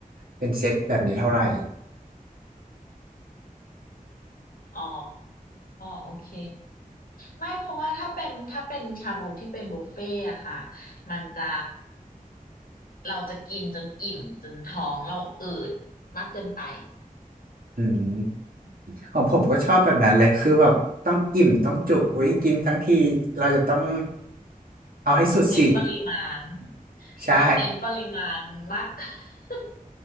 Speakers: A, on the right; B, on the left.
A: เป็นเซตแบบนี้เท่าไหร่
B: อ๋อโอเคไม่เพราะว่าถ้าเป็นถ้าเป็นชาบูที่เป็นบุฟเฟ่อะค่ะมันจะเราจะกินจนอิ่มจนท้องเราอืดมากเกินไป
A: อืมของผมก็ชอบแบบนั้นเลยคือแบบต้องอิ่มต้องจุกไว้ยกินทั้งทีเราจะต้องเอาให้สุดสิ
B: เน้นปริมาณ
A: <laughs> ใช่
B: เราเน้นปริมาณมาก <laughs>